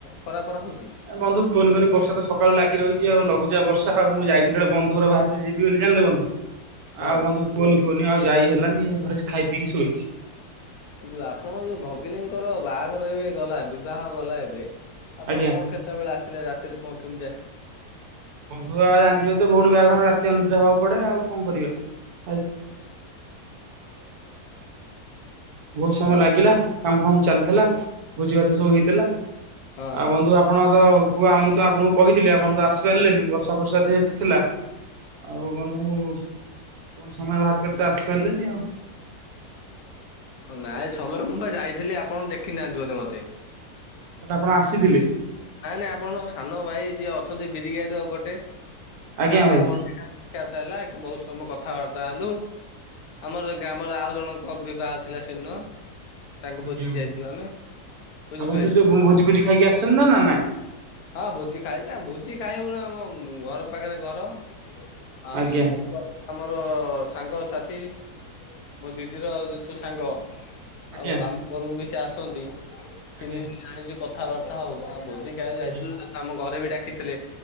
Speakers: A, on the left (about 70°); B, on the right (about 70°).
A: ଖରା ପରା ହୋଉଛି।
B: ଆ ବନ୍ଧୁ କୁହନି କୁହନି ବର୍ଷା ତ ସକାଳୁ ଲାଗି ରହିଛି ଆଉ ଲଘୁ ଚାପ୍ ବର୍ଷା ମୁ ଜାଇଥିଲି ବନ୍ଧୁ ଘର ବାହାରୀ ଥିଲି ଜିବି ବୋଲି ଜାନିଲେ ବନ୍ଧୁ
A: ହଁ
B: ଆଉ ବନ୍ଧୁ କୁହନି କୁହନି ଆଉ ଯାଇ ହେଲାନି ଏ ଘରେ ଖାଇ ପିଇକି ସୋଇଛି।
A: ଯୋଉ ଆପଣ ଯୋଉ ଭଗିନିଙ୍କର ବାଘର ଏବେ ଗଲା ବିବାହ ଗଲା ଏବେ ଆପଣ
B: ଆଜ୍ଞା
A: କଣ କେତେବେଳେ ଆସିଲେ ରାତିରେ କଣ କେମିତି ଆସିଲେ?
B: ବନ୍ଧୁ ଆ ଜାଣିଥିବେ ତ ଭଉଣି ବାହାଘର ମାନେ ରାତି ଅନିଦ୍ରା ହବାକୁ ପଡ଼େ ଆଉ କଣ କରିବା। <unintelligible> ବହୁତ ସମୟ
A: ହଁ
B: ଲାଗିଲା କାମ ଫାମ ଚାଲିଥିଲା ଭୋଜି ଭାତ ସବୁ ହେଇଥିଲା।
A: ହଁ
B: ଆଉ ବନ୍ଧୁ ଆପଣ ତ ମୁତ ଆପଣଙ୍କୁ କହିଥିଲି ଆପଣ ତ ଆସିପାରିଲେନି ବର୍ଷା ଫର୍ଷା ଦିହେତ ଥିଲା ଆଉ ବନ୍ଧୁଙ୍କୁ କଣ ସମୟ ବାହାର କରି ତ ଆସିପାରିଲେନି
A: ନାଇଁ ସମ୍‌ୟ ମୁ ପା ଜାଇଥିଲି ଆପଣ ଦେଖି ନାହାନ୍ତି ବୋଧେ ମୋତେ।
B: ଆପଣ ଆସିଥିଲେ।
A: ନାଇଁ ନାଇଁ ଆପଣଙ୍କ ସାନ ଭାଇ ଯିଏ ଅଛନ୍ତି ବିରି ଗାଡୁଅ ବଡେ
B: ଆଜ୍ଞା
A: ତାଙ୍କାର
B: ଭାଇ।
A: ମୋର ଗଲା ବହୁତ୍ ସମୟ କଥା ବାର୍ତ୍ତା ହେଲୁ। ଆମର ଗ୍ରାମର ଆଉ ଜଣ ବିବାହ ଥିଲା ସେଦିନ। ତାଙ୍କ ଭୋଜିିକି
B: ଆଜ୍ଞା ଆଜ୍ଞା
A: ଯାଇଥିଲୁ ଆମେ ବୁଝିପାରିଲେ
B: ଆପଣ ଭୋଜି ଫୋଜି ଖାଇକି ଆସିଛନ୍ତି ନା ନାଇଁ
A: ହଁ ଭୋଜି ଖାଇଦା ଭୋଜି ଖାଇବୁନା ଆମ ଉମ ଘର ପାଖରେ ଘର। ଆଉ
B: ଆଜ୍ଞା
A: ସବୁ <unintelligible> ତମର ସାଙ୍ଗ ସାଥୀ ମୋ ଦିଦିର ଯୋଥୁ ସାଙ୍ଗ
B: ଆଜ୍ଞା।
A: ଆଉ ଆମ ଘରକୁ ବି ସେ ଆସନ୍ତି ଚିହ୍ନି
B: ଆଜ୍ଞା
A: ଲି <unintelligible> କଥାବାର୍ତ୍ତା ହଉ ଆ ଭୋଜି ଖାଇ ଯାଇ
B: ଆଜ୍ଞା
A: ଆତ୍ ଆମ ଘରେ ବି ଡାକିଥିଲେ